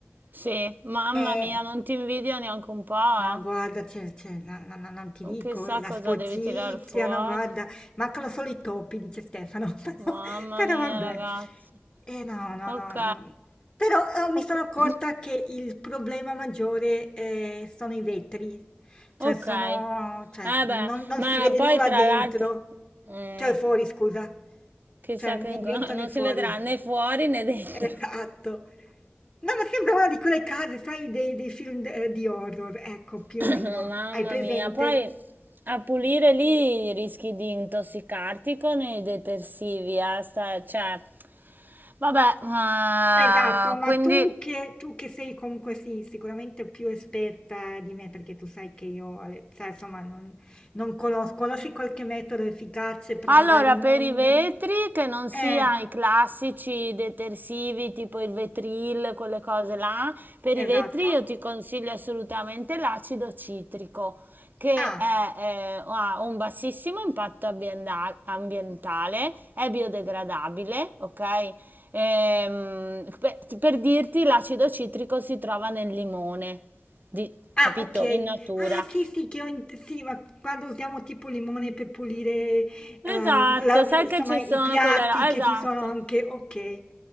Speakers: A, on the right (about 45°); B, on the left (about 25°).
A: Sì, mamma
B: E
A: mia, non ti invidio neanche un po', eh.
B: No, guarda, cioè, cioè, no- no- no- non ti dico,
A: Chissà
B: la sporcizia,
A: cosa devi tirar fuori.
B: no, guarda, mancano solo i topi, dice Stefano, <laughs> però,
A: Mamma
B: però
A: mia,
B: vabbè.
A: ragazzi.
B: Eh no, no,
A: Ok,
B: no. no. Però eh, mi
A: ok.
B: sono accorta che il problema maggiore eh, sono i vetri, cioè
A: ok.
B: sono, cioè,
A: Eh
B: non,
A: beh,
B: non
A: ma
B: si vede
A: poi
B: nulla
A: tra
B: dentro,
A: l'altro... Mm,
B: cioè fuori, scusa,
A: chissà
B: cioè né
A: che... inco-
B: dentro
A: <laughs> Non
B: né fuori.
A: si vedrà né fuori né dentro.
B: Esatto. No, ma sembra una di quelle case, sai, dei, dei film de- di horror, ecco, più
A: <coughs>
B: o
A: Mamma
B: meno. Hai presente?
A: mia, poi a pulire lì rischi di intossicarti con i detersivi, eh, sta- cioè, vabbè, ma-
B: Esatto, ma
A: quindi
B: tu che, tu che sei comunque sì, sicuramente più esperta di me, perché tu sai che io, eh, sai, insomma, non, non conosco, conosci qualche metodo efficace, però
A: Allora,
B: magari non...
A: per i vetri, che non sia
B: Eh,
A: i classici detersivi tipo il Vetril, quelle cose là, per
B: esatto.
A: i vetri io ti consiglio assolutamente l'acido citrico, che
B: Ah.
A: è, eh, ha un bassissimo impatto ambienda- ambientale, è biodegradabile, ok? Ehm, per, per dirti, l'acido citrico si trova nel limone, di-
B: Ah,
A: capito?
B: okay.
A: In natura.
B: Ah, sì, sì, che ho in sì, ma quando usiamo tipo limone per pulire, ehm,
A: Esatto,
B: la
A: sai
B: uhm,
A: che
B: insomma
A: ci
B: i
A: sono
B: piatti
A: quelle là,
B: che
A: esatto.
B: ci sono anche okay.